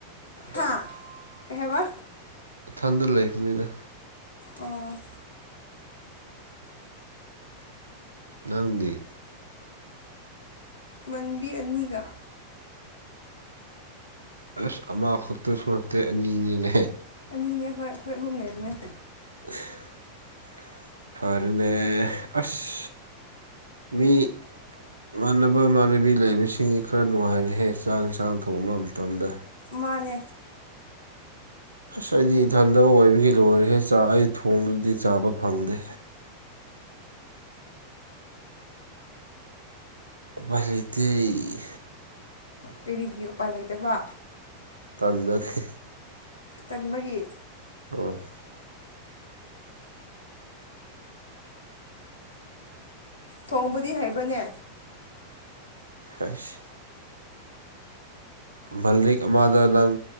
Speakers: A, on the left; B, on the right.
A: ꯍꯥ ꯀꯩ ꯍꯥꯏꯕ
B: ꯏꯊꯟꯗ ꯂꯩꯕꯅꯤꯗ
A: ꯑꯣ
B: ꯅꯪꯗꯤ
A: ꯃꯥꯟꯅꯕꯤ ꯑꯅꯤꯒ
B: ꯑꯁ ꯑꯃꯈꯛꯇꯁꯨ ꯅꯠꯇꯦ ꯑꯅꯤꯅꯤꯅ‌ꯦ
A: ꯏꯅꯦ ꯍꯣꯏ ꯑꯩꯈꯣꯏ ꯑꯍꯨꯝ ꯂꯩꯕꯅꯦ
B: <unintelligible> ꯐꯔ‌ꯦꯅꯦ ꯑꯁ ꯃꯤ ꯏꯃꯥꯟꯅꯕ ꯏꯃꯥꯟꯅꯕꯤ ꯂꯩꯕꯁꯤꯡꯁꯤ ꯈꯔ ꯅꯨꯡꯉꯥꯏꯔ‌ꯦꯍꯦ ꯆꯥꯛ ꯏꯟꯁꯥꯡ ꯊꯣꯡꯕ ꯃꯇꯝꯗ
A: ꯃꯥꯅꯦ
B: ꯑꯁ ꯑꯩꯗꯤ ꯏꯟꯊꯟꯗ ꯑꯣꯏꯕꯒꯤ ꯂꯣꯏꯔꯦ ꯑꯩ ꯊꯣꯡꯗꯨꯗꯤ ꯆꯥꯕ ꯐꯪꯗꯦ ꯃꯦꯇꯩ
A: ꯄꯦꯔꯤꯒꯤ ꯎꯄꯥꯏ ꯂꯩꯇꯕ
B: ꯇꯥꯟꯅꯈꯤ
A: ꯇꯟꯕꯒꯤ
B: <unintelligible>
A: ꯊꯣꯡꯕꯗꯤ ꯍꯩꯕ꯭ꯔꯅꯦ
B: ꯍ‌‌ꯩꯁ ꯃꯜꯂꯤꯛ ꯑꯃꯗ ꯅꯪ